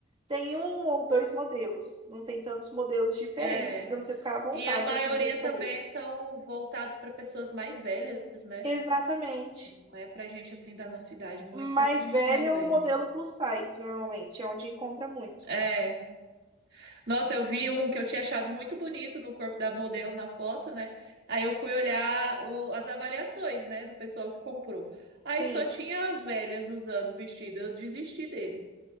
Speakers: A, on the right (about 25°); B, on the right (about 50°).
A: tem um ou dois modelos, não tem tantos modelos diferentes
B: é.
A: para você ficar à vontade
B: E a maioria
A: assim para escolher.
B: também são voltados para pessoas mais velhas, né?
A: Exatamente.
B: Não é pra gente assim da nossa idade, muitos
A: Mais
B: é pra gente
A: velha
B: mais
A: é
B: velha.
A: o modelo plus size, normalmente, é onde encontra muito.
B: É. Nossa, eu vi um que eu tinha achado muito bonito no corpo da modelo na foto, né? Aí eu fui olhar o- as avaliações, né, do pessoal que comprou. Aí
A: Sim.
B: só tinha as velhas usando o vestido. Eu desisti dele.